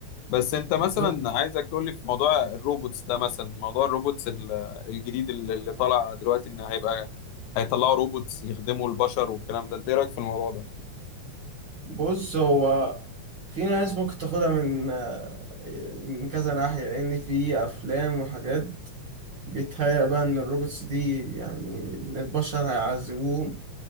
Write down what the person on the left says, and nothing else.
بس انت مثلا
عايزك تقول لي في موضوع الروبوتس ده مثلا موضوع الروبوتس ال- الجديد اللي اللي طالع دلوقتي ان هيبقى هيطلعوا روبوتس يخدموا البشر والكلام ده انت ايه رايك في الموضوع ده